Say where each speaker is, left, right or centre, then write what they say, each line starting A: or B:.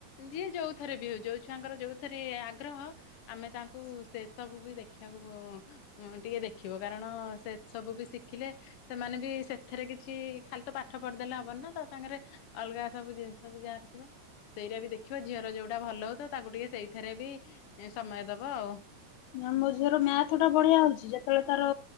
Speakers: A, on the left; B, on the left.
A: ଯିଏ ଯୋଉଥରେ ବି ହଉ ଯୋଉ ଛୁଆଙ୍କର ଯୋଉ ରେ ଆଗ୍ରହ ଆମେ ତାଙ୍କୁ ସେ ସବୁ ବି ଦେଖିବାକୁ ଟିକେ ଦେଖିବ କାରଣ ସେ ସବୁ ବି ଶିଖିଲେ ସେମାନେ ବି ସେଥିରେ କିଛି ଖାଲି ତ ପାଠ ପଢିଦେଲେ ହବନି ନା ତା ସାଙ୍ଗରେ ଅଲଗା ସବୁ ଜିନିଷ ବି ଯାହାର ଥିବ ସେଗୁ୍ରା ବି ଦେଖ ଦେଖୀବ ଝିଅର ଯୋଟା ଭଲ ହଉ ତ ତାଙ୍କୁ ଟିକେ ସେଇଥିରେ ବି ସମୟ ଦବ ଆଉ।
B: ନା ମୋ ଝିଅର ମ୍ୟାଥ ଟା ବଢିଆ ହଉଛି ଯେତେବେଳେ ତାର